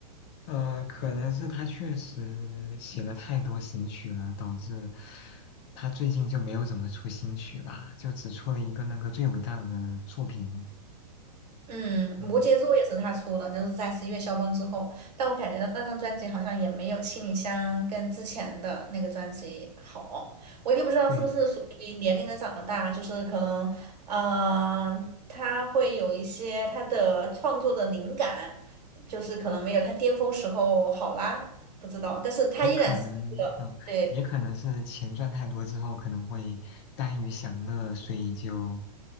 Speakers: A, on the left (about 40°); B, on the right (about 75°).
A: 呃，可能是他确实写了太多新曲了，导致他最近就没有怎么出新曲吧，就只出了一个那个最伟大的作品了
B: 嗯，
A: 嗯，
B: 摩羯座也是他出的，就是在十一月肖邦之后。但我感觉那那张专辑好像也没有《七里香》跟之前的那个专辑好。我也不知道是不是属于年龄的长大，
A: 对，
B: 就是可能，嗯、他会有一些他的创作的灵感，就是可能没有他巅峰时候好啦，不知道。但是他依然是一个，
A: 也可能，嗯，
B: 对，
A: 也可能是钱赚太多之后，可能会耽于享乐，所以就，